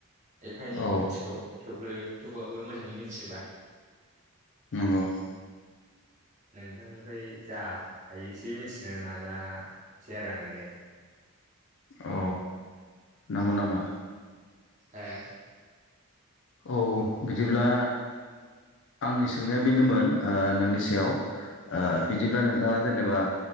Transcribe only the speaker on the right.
एफा एनैखौ
मिथिगौ थेवबो थेवबाबो मोजाङै मोनथिजोबा
नोंथांनिफ्राय जा हायो एसे मिथिनो नाजासै आरो आङो दे।
ए
उम उम